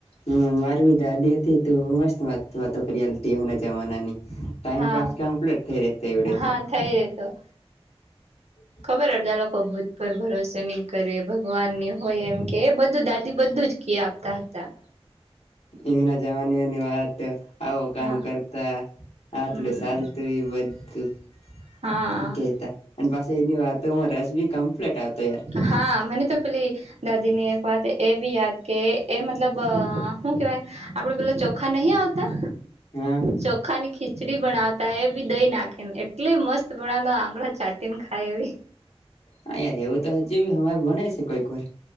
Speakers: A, on the left; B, on the right.
A: હ મારી બી દાદી હતી તો મસ્ત વાતો વાતો કરી આલતી એના જમાનાની. ટાઈમપસ
B: હા
A: કમ્પ્લીટ થઈ રતે એવડે
B: હા
A: તો.
B: થઈ રેતો
A: હ.
B: ખબર અડદા લોકો ભૂત પર ભરોસો નહી કરે ભગવાન ની હોય એમ કે એ બધું દાદી બધું જ કી આપતા હતા.
A: ઈ વી નાજવાનીની વાત તો આવો કામ
B: હા
A: કરતા આટલું
B: હમ
A: સાલતું ઇ બધું.
B: હા
A: કેતા અને પાસો એની વાત રસ બી કમ્પ્લીટ આવતો યાર
B: હા મને તો પેલી દાદી ની એક વાત એ બી યાદ કે એ મતલબ હુ કેવાય આપડ પે ચપ ચોખા નહી આવતા
A: હા
B: ચોક્ ખાલી ખીચડી બનાવતા એ બી દઈ નાખીને એટલી મસ્ત બનાતા આંગળ ચાટ ટેને ખાય. એવી
A: હા યાર એવું તો હજુ અમાર ભણે છે કોઈક વાર